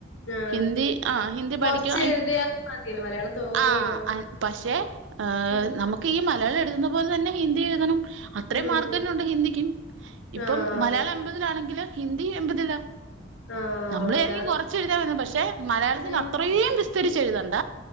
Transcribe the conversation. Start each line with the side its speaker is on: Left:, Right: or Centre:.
Left: ആഹ്
Right: ഹിന്ദി ആഹ് ഹിന്ദി
Left: കൊറച്ച്
Right: പഠിക്കു
Left: എഴുതിയാലും മതിയല്ലോ മലയാളം തോനെ
Right: ആഹ്
Left: എഴുതണം
Right: അൻ പക്ഷെ ഏഹ്
Left: ഉം
Right: നമുക്ക് ഈ മലയാളം എഴുതുന്ന പോലെ തന്നെ ഹിന്ദി എഴുതണം അത്രയും
Left: ഉം
Right: മാർക്ക് തന്ന ഉണ്ട് രിക്കും ഇപ്പം
Left: ആഹ്
Right: മലയാളം എൺപതിലാണെങ്കില് ഹിന്ദി എൺപതിലാ
Left: ആഹ്
Right: നമ്മള്
Left: അതാണ്
Right: ചാരിക്കും കൊറച്ച് എഴുതാ മതി പക്ഷെ മലയാളത്തിന്
Left: ഉം
Right: അത്രയും വിസ്തരിച്ച് എഴുതണ്ട